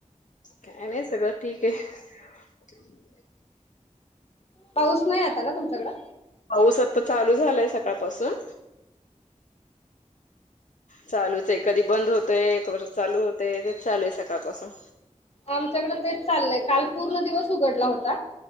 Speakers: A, on the left; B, on the left.
A: काय नाही सगळं ठीक आहे. <unintelligible>
B: पाऊस नाही आता ना तुमच्याकडं.
A: पाऊस आता चालू झालाय सकाळपासून. चालूच आहे. कधी बंद होतय. एकवर चालू होतय तेच चालू आहे सकाळ पासून.
B: आमच्याकडे तेच चाललंय काल पूर्ण दिवस उघडला होता.